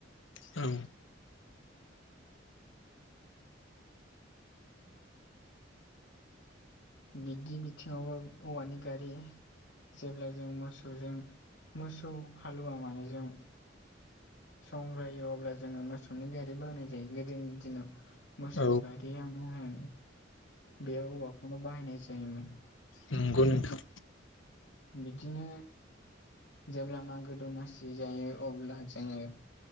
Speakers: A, on the left; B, on the left.
A: औ।
B: बिदि बिथिङावबो औवानि गारि जेब्ला जों मोसौजों मोसौ हालुवा मानैजों संग्रायो अब्ला जोङो मोसौ नि गारि बावनाय जायो गोदोनि दिनाव। मोसौ
A: औ
B: गारियानो होन बेयाव औवाखौनो बाहायनाय जायोमोन।
A: नंगौ नोंथां।
B: बिदिनो जेब्ला मागो दमासि जायो अब्ला जोङो